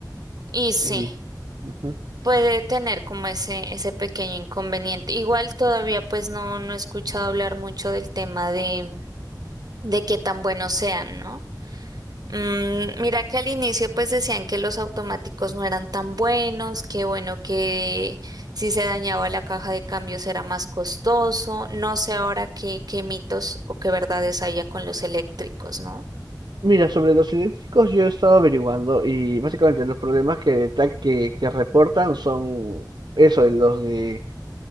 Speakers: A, on the right; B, on the right.
A: Y sí,
B: Y, ujú.
A: puede tener como ese, ese pequeño inconveniente. Igual todavía pues no, no he escuchado hablar mucho del tema de, de qué tan buenos sean, ¿no? Mm, mira que al inicio pues decían que los automáticos no eran tan buenos, que bueno, que si se dañaba la caja de cambios era más costoso. No sé ahora qué, qué mitos o qué verdades había con los eléctricos, ¿no?
B: Mira, sobre los eléctricos yo he estado averiguando y básicamente los problemas que, ta- que, que reportan son eso, de los de